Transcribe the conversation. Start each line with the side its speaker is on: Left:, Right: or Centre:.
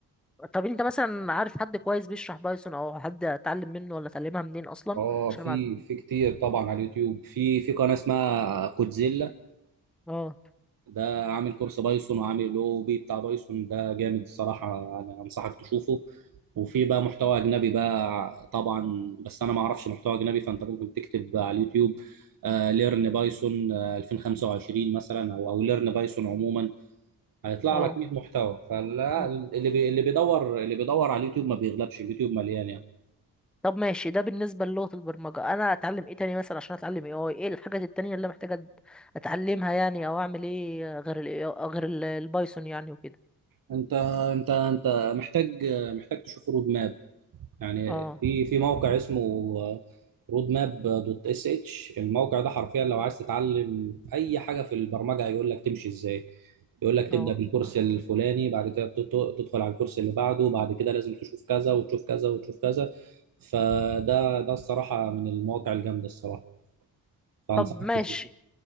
Centre: طب انت مثلا عارف حد كويس بيشرح بايثون او حد اتعلم منه ولا اتعلمها منين اصلا
Right: اه
Centre: عشان
Right: في
Centre: ما
Right: في كتير طبعا على اليوتيوب في في قناه اسمها كودزيلا
Centre: اه
Right: ده عامل كورس بايثون وعامل او بي بتاع بايثون ده جامد الصراحه انا انصحك تشوفه وفي بقى محتوى اجنبي بقى طبعا بس انا ما اعرفش محتوى اجنبي فانت ممكن تكتب على اليوتيوب ليرن بايثون 2025 مثلا او او ليرن بايثون عموما هيطلع
Centre: اه
Right: لك 100 محتوى فلا
Centre: م-
Right: اللي بي اللي بيدور اللي بيدور على اليوتيوب ما بيغلبش اليوتيوب مليان يعني
Centre: طب ماشي ده بالنسبة للغة البرمجة انا اتعلم ايه تاني مثلا عشان اتعلم AI ايه الحاجات التانية اللي محتاجة أت- اتعلمها يعني او اعمل ايه غير ال AI غير ال- البايثون يعني وكده
Right: انت انت انت محتاج محتاج تشوف رود ماب يعني
Centre: اه
Right: في في موقع اسمه رود ماب دوت اس اتش الموقع ده حرفيا لو عايز تتعلم اي حاجه في البرمجه هيقول لك تمشي ازاي يقول لك تبدا
Centre: اه
Right: بالكورس الفلاني بعد كده تت- تدخل على الكورس اللي بعده بعد كده لازم تشوف كذا وتشوف كذا وتشوف كذا فده ده الصراحه من المواقع الجامده الصراحه فانصحك
Centre: طب ماشي
Right: تشوف